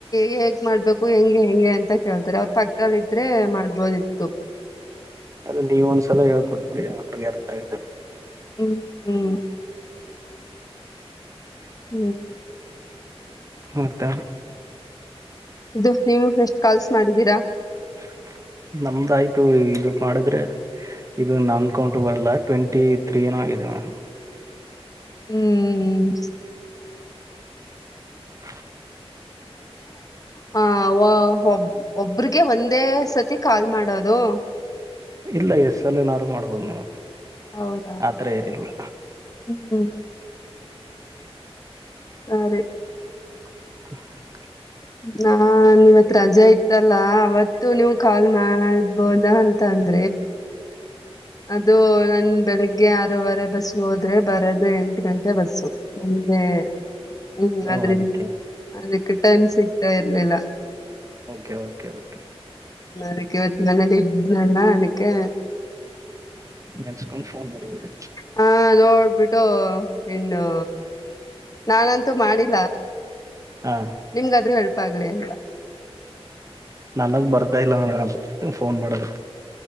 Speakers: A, on the left; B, on the right.
A: ಹೇಗ್ ಮಾಡ್ಬೇಕು ಹೆಂಗೆ ಹೆಂಗೆ ಅಂತ ಕೇಳ್ತಾರೆ ಅವ್ರ ಪಕ್ಕದದಲ್ಲಿ ಇದ್ರೆ ಮಾಡ ಬರಿತ್ತು
B: ಅದು ನೀವ ಒಂದ್ಸಲ ಹೇಳ್ಕೊಟ್ಬಿಡಿ ಅವ್ರಿಗೆ ಅರ್ಥ ಆಗ
A: ಹ್ಮ್ ಹ್ಮ್ ಹ್ಮ್
B: ಹತ್ತ
A: ಇದು ನೀವು ಎಷ್ಟು ಕಾಲ್ಸ್ ಮಾಡಿದ್ದೀರಾ
B: ಹ ನಮ್ದ ಆಯ್ತು ಇದು ಮಾಡಿದ್ರೆ ಇದು ನಮ್ ಕೌಂಟ್ರ ಬರಲ್ಲ ಟ್ವೆಂಟಿ ತ್ರೀತ ಇವಾ
A: ಹ್ಮ್
B: ಹಾ
A: ಹ ಒ ಒಬ್ರಿಗೆ ಒಂದೇ ಸತಿ ಕಾಲ್ ಮಾಡೋದು
B: ಇಲ್ಲ ಎಸ್ಸಲ್ಲನಾರು ಮಾಡ್ಬೋದು ನೀವು
A: ಹೌದಾ
B: ಆತರ ಏನಿಲ್ಲ
A: ಹ್ಮ್ ಹ್ಮ್ ಸರಿ
B: ಹ
A: ನಾ ನೀವತ್ ರಜೆ ಇತ್ತಲ್ಲ ಅವತ್ತು ನೀವು ಕಾಲ್ ಮಾಡ್ಬೋದ ಅಂತಂದ ಅದು ನನ್ ಬೆಳಗ್ಗೆ ಆರೂವರೆ ಬಸ್ ಹೋದ್ರೆ ಬರದ ಅ ಎಂಟು ಗಂಟೆ ಬಸ್ಸು ನಮಗೆ ಹ್ಮ್
B: ಓ
A: ಅದ್ರಿಂದ
B: ಅದಕ್ಕೆ
A: ಅದಕ್ಕೆ ಟೈಮ್ ಸಿಗ್ತಾ ಇರ್ಲಿಲ್ಲ
B: ಓಕೆ ಓಕೆ ಓಕೆ
A: ಅದಕ್ಕೆ ಹೊತ್ತು ನನೆಯಲ್ಲಿ ಇದನಲ್ಲ ಅದಕ್ಕೆ
B: ನೆನ್ಸ್ಕೊಂಡ್ ಫೋನ್ ಮಾಡಿದ್ರಿ
A: ಹಾ ನೋಡ್ಬಿಟ್ಟು ಇನ್ನು ನಾನಂತೂ ಮಾಡಿದ್ದ
B: ಹ
A: ನಿಮ್ಗಾದ್ರೂ ಹೆಲ್ಪ್ ಆಗ್ಲಿ ಅಂತ
B: ನನಗ್ ಬರ್ತಾ ಇಲ್ಲ ಫೋನ್ ಮಾಡದ